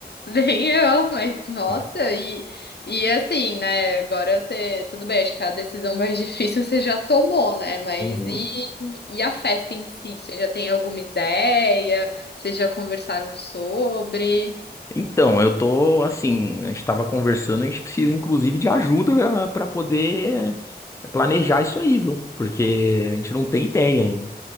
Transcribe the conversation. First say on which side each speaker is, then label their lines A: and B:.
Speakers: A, on the left; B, on the left.
A: Nem eu, mas nossa,
B: É.
A: e, e assim, né? Agora você, tudo bem, acho que a decisão mais difícil você já tomou, né? Mas
B: Uhum.
A: e, e a festa em si? Você já tem alguma ideia? Vocês já conversaram sobre?
B: Então, eu tô assim, a gente estava conversando, a gente precisa inclusive de ajuda para poder planejar isso aí, viu? Porque a gente não tem ideia ainda,